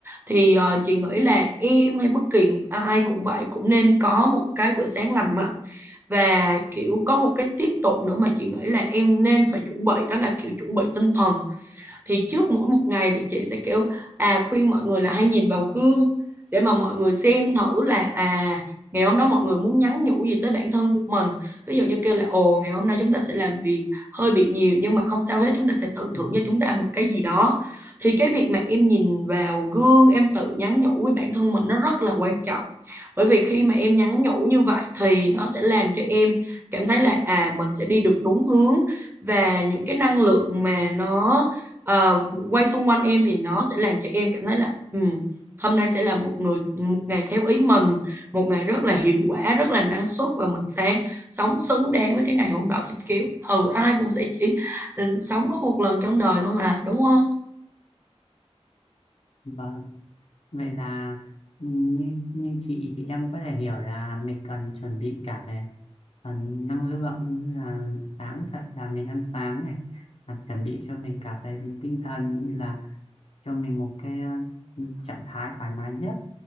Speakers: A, on the right; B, on the left.
A: thì ờ, chị nghĩ là em hay bất kỳ một ai cũng vậy cũng nên có một cái bữa sáng lành mạnh và kiểu có một cái tiếp tục nữa mà chị nghĩ là em nên phải chuẩn bị đó là kiểu chuẩn bị tinh thần thì trước mỗi một ngày thì chị sẽ kiểu à khuyên mọi người là hay nhìn vào gương để mà mọi người xem thử là à ngày hôm đó mọi người muốn nhắn nhủ gì tới bản thân của mình ví dụ như kêu là ồ ngày hôm nay chúng ta sẽ làm việc hơi bị nhiều nhưng mà không sao hết chúng ta sẽ tự
B: Vâng.
A: thưởng cho chúng ta một cái gì đó thì cái việc mà em nhìn vào gương em tự nhắn nhủ với bản thân mình nó rất là quan trọng bởi vì khi mà em nhắn nhủ như vậy thì nó sẽ làm cho em cảm thấy là à mình sẽ đi được đúng hướng và những cái năng lượng mà nó ờ, quay xung quanh em thì nó sẽ làm cho em cảm thấy là ừ, hôm nay sẽ là một người một ngày theo ý mình một ngày rất là hiệu quả rất là năng suất và mình sẽ sống xứng đáng với cái ngày hôm đó thì kiểu ừ ai cũng sẽ chỉ ừ, sống có một lần trong đời thôi mà đúng không
B: Vâng. Vậy là ừ, như như chị thì em có thể hiểu là mình cần chuẩn bị cả về phần năng lượng như là sáng dậy là mình ăn sáng này và chuẩn bị cho mình cả về tinh thần như là cho mình một cái ừ, trạng thái thoải mái nhất